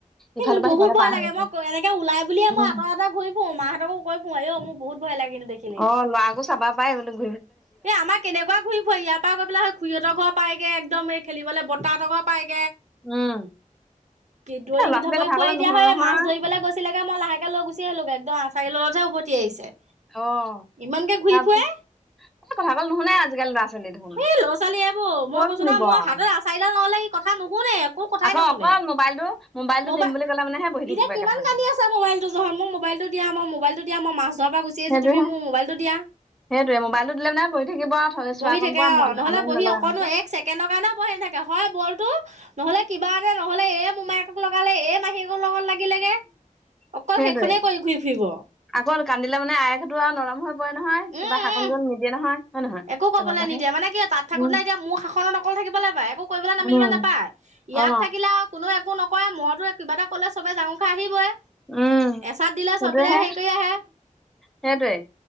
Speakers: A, on the right; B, in the centre.
A: সেই
B: ইফালৰ
A: মোৰ
B: পৰা
A: বহুত
B: সিফালে
A: ভয়
B: পাৰ
A: লাগে
B: হৈ গৈছে
A: মই এনেকে ওলাই বুলিয়ে
B: উম
A: মই আঁতৰে আঁতৰে ঘূৰি ফুৰও মাহঁতকো কৈ পোওঁ আযৈ মোৰ বহুত। ভয় লাগে কিন্তু দেখিলে
B: অ লৰা আকৌ চাবা পাই বুলো।
A: এ আমাৰ কেনেকুৱা ঘূৰি ফুৰে ইয়াৰ পৰা গৈ পেলাই হয় খুৰহঁতৰ ঘৰ পায়গে একদম খেলিবলৈ বতাহত ঘৰ পায়েগে।
B: উম
A: দৌৰি
B: এ ল'ৰা ছোৱালীয়ে
A: ধাপৰি
B: কথা
A: পুৱাই
B: ক'লে নুশুনে
A: দিয়া হয়
B: নহয়
A: মাছ ধৰিবলৈ গৈছিলেগে মই লাহেকে লৈ গুচি আহিলো একদম <unintelligible> চাৰি লতহে উভতি আহিছে
B: অ
A: ইমানকে ঘূৰি
B: তাৰপিছত
A: ফুৰে
B: এই কথা ক'লে নুশুনে আজিকালি ল'ৰা ছোৱালী দেখোন
A: এ ল'ৰা ছোৱালী এইবোৰ
B: ক'ত
A: মই কৈছো
B: শুনিব
A: ন মই
B: আৰু
A: হাততে এচাৰি ডাল নহ'লে কি কথা নুশুনে‌ একো কথাই
B: আকৌ
A: নুশুনে।
B: অকল মোবাইলটো মোবাইলটো
A: মবাই
B: দিম বুলি ক'লে মানেহে বহি
A: এতিয়া
B: থাকিব
A: কিমান
B: একেঠাইতে।
A: কান্দি আছে মবাইল টো জহত মোৰ মবাইল মটো দিয়া মই মোবাইলটো দিয়া মই মছ ধৰা পৰা গুছি
B: সেইটোহে
A: আহিছোঁ তুমি মোৰ মবাইলটো দিয়া
B: সেইটোৱে মোবাইল তু দিলে বহি থাকিব থ চোৱা
A: বহি
B: কণ
A: থাকে
B: প
A: অ
B: মন
A: নহ'লে
B: আমনি
A: বহি
B: নলগা
A: অকনো
B: কাম যে।
A: এক ছেকেণ্ডৰ কাৰণেও বহি নাথাকে হয় বলটো নহলে কিবা এটা নহলে এ মোমায়েকক লগালে এই মাহিয়েকক লগত লাগিলেগে অকল
B: সেইটোৱে
A: সেইখনেই কৰি ঘূৰি ফুৰিব
B: আকৌ কান্দিলে মানে আই সেইটো আৰু নৰম হৈ নহয়
A: উম
B: কিবা শাকন
A: উম
B: গ্ৰহণ নিদিয়ে নহয়। হয় নহয়?
A: একো কবলৈ
B: তেনেকুৱাহে
A: নিদিয়ে মানে কি তাত থাকোত
B: উম
A: না এতিয়া মোৰ শাসনত অকল থাকিবলৈ পায় একো কৰিবলৈ নামিবলৈ
B: উম
A: নাপায়। ইয়াত
B: অ
A: থাকিলে আৰু কোনো একো নকৰে মৰতো কিবা এটা কলে চবে জাঙুৰ খাই আহিবই
B: উম
A: এচাত দিলে
B: সেইটোহে
A: চবৰাই হেৰি কৰি আহে
B: সেইটোৱে